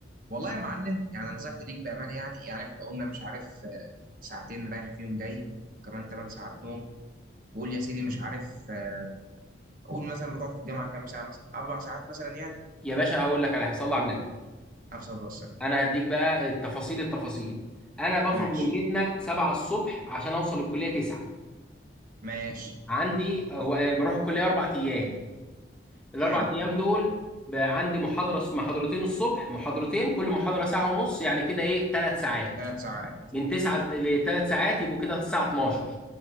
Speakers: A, on the right; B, in the centre.
A: والله يا معلم يعني نصيحتي ليك بامانه يعني يعني احنا قلنا مش عارف آه، ساعتين رايح فيهم جاي كمان 8 ساعات نوم وقول يا سيدي مش عارف آه، قول مثلا بتقعد في الجامعه كام ساعه مثلا اربع ساعات مثلا يعني
B: يا باشا هقول لك على هيصلي على النبي
A: افصل بس
B: انا هديك بقى التفاصيل التفاصيل انا بخرج
A: ماشي
B: من بيتنا 7 الصبح عشان اوصل الكليه 9
A: ماشي
B: عندي هو بروح الكليه اربع ايام الاربع
A: حلو
B: ايام دول بقى عندي محاضره محاضرتين الصبح محاضرتين كل محاضره ساعه ونص يعني كده ايه ثلاث ساعات
A: ثلاث ساعات
B: من 9 ل 3 ساعات يبقوا كده الساعه 12